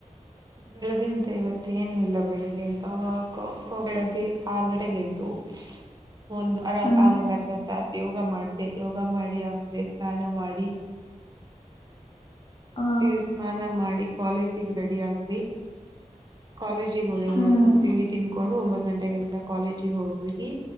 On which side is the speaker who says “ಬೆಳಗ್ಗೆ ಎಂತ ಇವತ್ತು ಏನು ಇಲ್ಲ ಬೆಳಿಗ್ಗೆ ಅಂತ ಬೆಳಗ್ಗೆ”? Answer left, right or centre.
Right